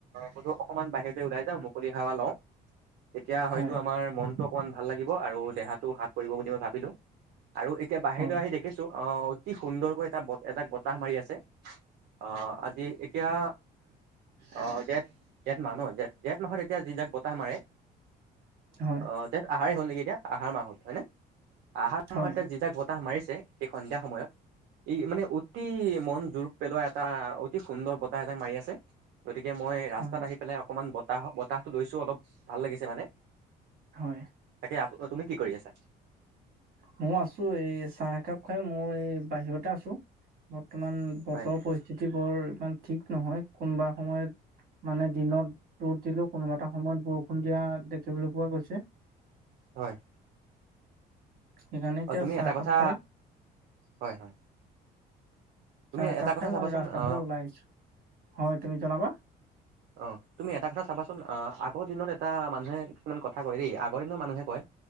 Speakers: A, on the right; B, on the right.
A: বধো অকমান বাহিৰ উওলাই যাও মুকলি সোৱা লওঁ তেতিয়া হয়তো
B: হয়
A: আমাৰ মনতটো। মান ভাল লাগিব আৰু দেহাটো হাত পৰিব বুলি মই ভাবিলো আৰু এতিয়া বাহিৰ।
B: হয়
A: কিন্তু আহি দেখিছো। অ অতি সুন্দৰকৈ এটা এজাক বতাহ মাৰি আছে। অ আজি এতিয়া অ জেঠ জেঠ মাহ ন জেঠ জেঠ মাহত তিয়া যি যাক বতাহ মাৰে
B: হয়
A: আহ তি আহাৰেই হ'ল নেকি এতিয়া আহাৰ মাহ হল হয়নে? আহাৰ
B: হয়
A: মাহত যি এটা মাৰিছে সেই সন্ধিয়া সময়ত। ই মানে অতি মন জোৰ পেলোৱা এটা অতি সুন্দৰ বতাহ এটা মাৰি আছে। গতিকে মই ৰাস্তাত
B: হয়
A: আহি পেলাই অকমান বতাহ বতাহটো লৈছো, অলপ ভাল লাগিছে মানে।
B: হয়,।
A: তাকে আ তুমি কি কৰি আছা?
B: মই আছো। এই চাহ একাপ খাই মই এই বাহিৰতে আছো। বৰ্তমান বতৰ
A: হয়
B: পৰিস্থিতি বোৰ ইমান ঠিক নহয়, কোনোবা সময়ত মানে দিনত ৰ'দ দিলো কোনোবা এটা সময়ত বৰষুণ দিয়া দেখিবলৈ পোৱা গৈছে।
A: হয়,।
B: সেইকাৰণে এতিয়া
A: অঁ তুমি
B: চাহ
A: এটা
B: একাপ
A: কথা।
B: খাই
A: হয় হয়,।
B: চাহ,
A: তুমি
B: একাপ
A: এটা কথা
B: খাই
A: চাবাচোন
B: মই ৰাস্তাৰ
A: অ
B: ফালে ওলাই আহিছো। হয়, তুমি জনাবা।
A: অ তুমি এটা কথা চাবাচোন আহ আগৰ দিনত এটা মানুহে কিছুমান কথা কয় দেই আগৰ দিনৰত মানুহে কয়।